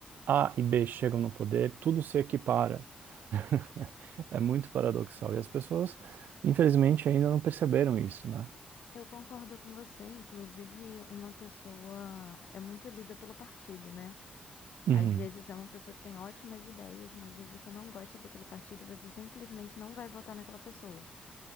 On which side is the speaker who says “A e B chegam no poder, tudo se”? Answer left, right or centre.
Right